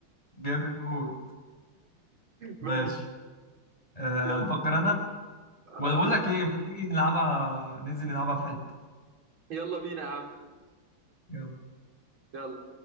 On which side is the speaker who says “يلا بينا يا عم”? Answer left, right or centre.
Right